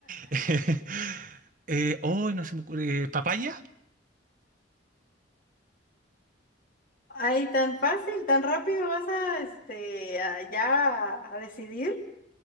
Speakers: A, on the right; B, on the left.
A: <laughs> Eh, oh, no se me ocurre, eh, ¿papaya?
B: Ay, tan fácil, tan rápido vas a, este, a- ya a decidir.